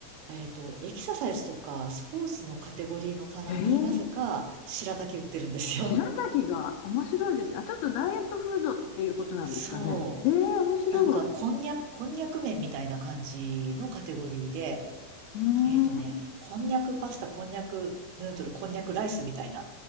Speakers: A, on the right; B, on the left.
A: う。えっと、エキササイズとかスポーツのカテゴリーの棚になぜか白滝売ってるんですよ。
B: え。ええ。白滝が面白いですね。あ、ちょっとダイエットフードっていうことなんですかね。
A: <laughs> そう。
B: ええ、面白い。
A: なんか、
B: う
A: こんにゃく、こんにゃく麺みたいな感じのカテゴリーで、
B: ーん。
A: えっとね、こんにゃくパスタ、こんにゃくヌードル、こんにゃくライスみたいな